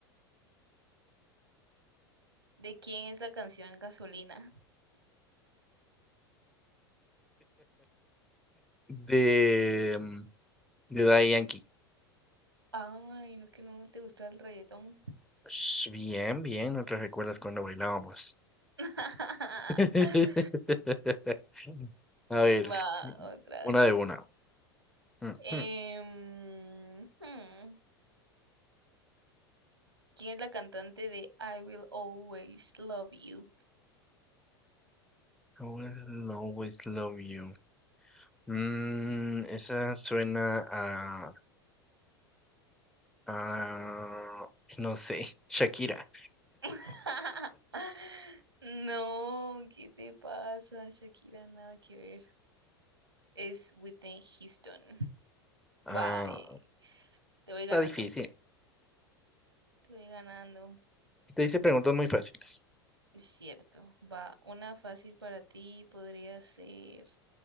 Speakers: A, on the right; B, in the centre.
A: ¿De quién es la canción Gasolina?
B: De, mm, de Daddy Yankee.
A: Ay, no que no te gusta el reggaetón.
B: Sh, Bien, bien, no te recuerdas cuando bailábamos.
A: <laughs>
B: <laughs> A ver,
A: Va, otra.
B: una de una. Mm,
A: Em,
B: mm.
A: hmm, ¿Quién es la cantante de I Will Always Love You?
B: I will always love you. Mm, esa suena a, a, no sé, Shakira.
A: <laughs> No, ¿qué te pasa, Shakira? Nada que ver. Es Whitney Houston.
B: Ah,
A: Va, eh, te voy
B: Está
A: ganando.
B: difícil.
A: Te voy ganando.
B: Te hice preguntas muy fáciles.
A: Es cierto. Va, una fácil para ti podría ser.